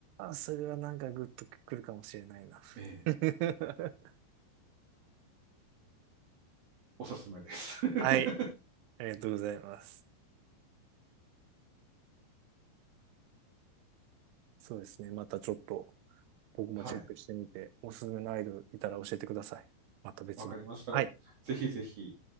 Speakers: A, on the right (about 75°); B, on the right (about 55°).
A: あ、それはなんかグッとくるかもしれないな。
B: えー
A: <laughs>
B: <laughs> おすすめです。<laughs>
A: はい。ありがとうございます。そうですね。またちょっと僕もチェックしてみて、
B: はい。
A: おすすめのアイドルいたら教えてください。また別で。
B: わかりました。
A: はい。
B: ぜひぜひ、